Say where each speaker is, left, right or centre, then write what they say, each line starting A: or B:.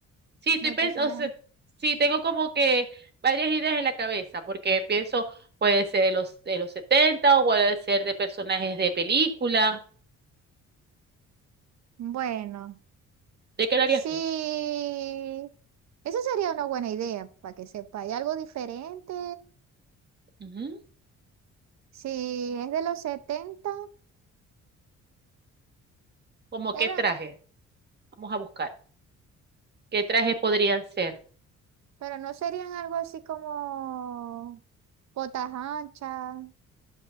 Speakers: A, on the right (about 35°); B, on the right (about 65°).
A: sí, estoy
B: de
A: pensando,
B: personajes.
A: sí, tengo como que varias ideas en la cabeza, porque pienso, puede ser de los, de los 70, o puede ser de personajes de película.
B: Bueno,
A: ¿De qué lo
B: sí.
A: harías tú?
B: Esa sería una buena idea, para que sepa. ¿Hay algo diferente?
A: Ujú.
B: Si es de los 70
A: ¿Cómo
B: era,
A: qué traje? Vamos a buscar. ¿Qué trajes podrían ser?
B: pero no serían algo así como botas anchas,